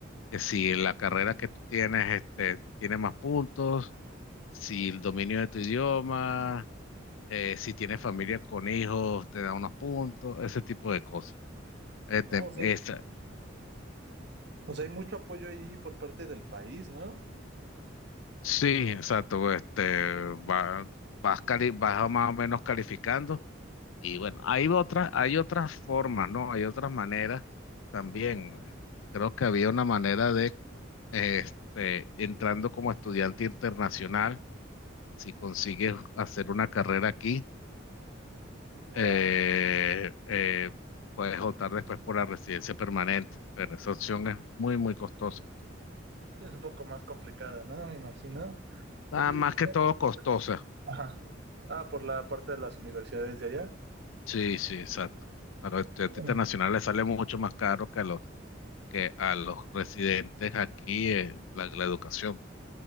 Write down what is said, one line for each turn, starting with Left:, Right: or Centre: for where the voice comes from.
Left: que si la carrera que tú tienes este, tiene más puntos, si el dominio de tu idioma, eh, si tienes familia con hijos, te da unos puntos, ese tipo de cosas. Este,
Right: wow, soy-
Left: esa-
Right: o sea, hay mucho apoyo ahí por parte del país, ¿no?
Left: Sí, exacto. Este, va- vas, cali- vas más o menos calificando. Y bueno, hay otras, hay otras formas, ¿no? Hay otras maneras también. Este, creo que había una manera de, este, entrando como estudiante internacional, si consigues hacer una carrera aquí,
Right: Wow.
Left: eh, eh, puedes optar después por la residencia permanente. Pero esa opción es muy, muy costosa.
Right: Sí, es un poco más complicada, ¿no? Me imagino.
Left: Nada
Right: Oye,
Left: más
Right: y
Left: que
Right: una
Left: todo
Right: pregunta.
Left: costosa.
Right: Ajá. Ah, por la parte de las universidades de allá.
Left: Sí, sí, exacto. A los estudiantes
Right: Bueno,
Left: internacionales les sale mucho más caro que a los, que a los residentes aquí eh, la, la educación.